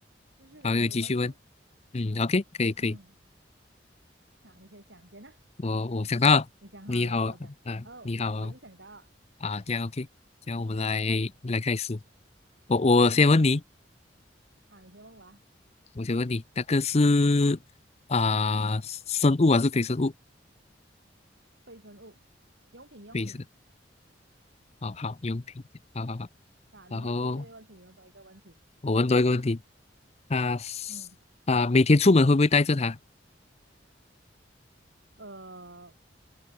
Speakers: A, on the right; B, on the left.
A: 继续轮流问哦。
B: 好，你继续问。嗯，OK，可以可以，
A: 嗯，好，你先想先啊。
B: 我我想到了，
A: 你想好了跟我讲。
B: 你好啊，
A: 哦，
B: 你好啊，
A: 我也是想到，
B: 啊，这样 OK，这样我们来来开始。我我先问你，
A: 嗯，啊，你先问我啊。
B: 我先问你，那个是啊、生物还是非生物？
A: 非生物、用品、用品
B: 非生。哦，好，用品，好好好。
A: 啊，你问多一个问题，
B: 然后
A: 你问多一个问题。
B: 我问多一个问题，啊
A: 嗯，
B: 啊，每天出门会不会带着它？
A: 呃，